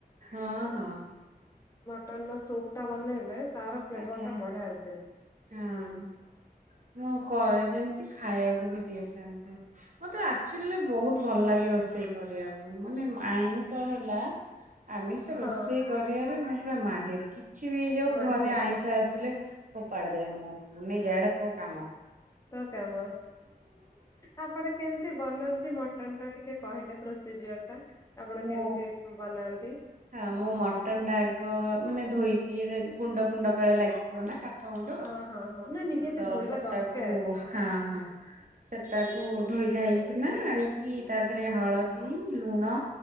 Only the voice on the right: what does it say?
ହଁ ହଁ।
ଆଜ୍ଞା
ହଁ।
ମୁଁ କରେ ଯେମତି ଖାଇବାକୁ ବି ଦିଏ ସେନ୍ତି ମତେ ଆକଚୁଆଲି ବହୁତ ଭଲ ଲାଗେ ରୋଷେଇ କରିବାକୁ ମାନେ ଆଇଁଷ ହେଲା ଆମିଷ
ରୋଷେଇ କରିବାରେ ନାହିଁ। <unintelligible> କିଛି ବି ହେଇଯାଉ
ଘରେ ଆଇଁଷ ଆସିଲେ ହ ପଡ଼ଦେ ମୁଁ ଜାଡ କାମ।
ମୁଁ
ହଁ ମୋ ମଟନ୍ ଟା ଆଗ ମାନେ ଧୋଇଦିଏ ଗୁଣ୍ଡ ଫୁଣ୍ଡ କାଳେ ଲାଗିଥିବ ନା କା କାଠ ଗୁଣ୍ଡ
ତ
ସେଟାକୁ
ହଁ ହଁ ସେଟାକୁ
ଧୋଇ ଧାଇକି ନା ଆଣିକି ତା ଦେହରେ ହଳଦୀ, ଲୁଣ